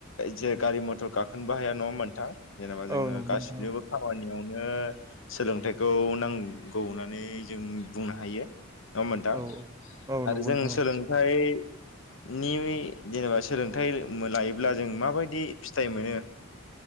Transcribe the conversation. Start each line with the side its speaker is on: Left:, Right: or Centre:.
Left: जे गारि मथर गाखोनोबो हाया नङा होमबा नोंथां जेनेबा जोङो
Right: औ नंगौ
Left: गासैनिबो
Right: नोंथां
Left: खामानियावनो सोलोंथाइखौ नांगौ होननानै जों बुंनो हायो नङा होमबा नोंथां
Right: औ औ नंगौ
Left: आरो जों
Right: नोंथां
Left: सोलोंथाइ नि जेनेबा सोलोंथाइ लायोब्ला जों माबायदि फिथाइ मोनो